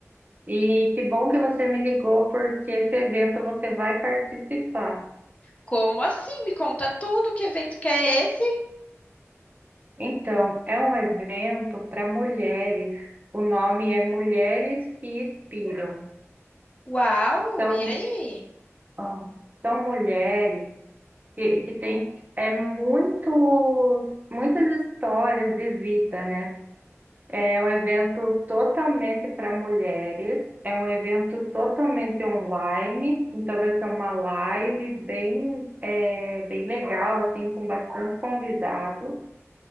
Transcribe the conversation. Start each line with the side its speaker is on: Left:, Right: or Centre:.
Right: E que bom que você me ligou, porque esse evento você vai participar.
Left: Como assim? Me conta tudo, que evento que é esse?
Right: Então, é um evento para mulheres. O nome é Mulheres que Inspiram.
Left: Uau,
Right: São,
Left: e aí?
Right: ah, são mulheres. que, que tem é muitos, muitas histórias de vida, né? É um evento totalmente para mulheres, é um evento totalmente online, então vai ser uma live bem, é, bem legal, assim, com bastante convidados.